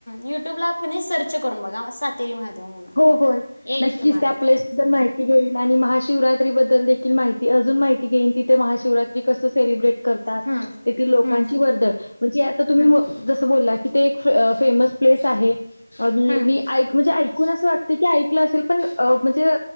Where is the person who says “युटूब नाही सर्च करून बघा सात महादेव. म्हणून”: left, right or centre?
Left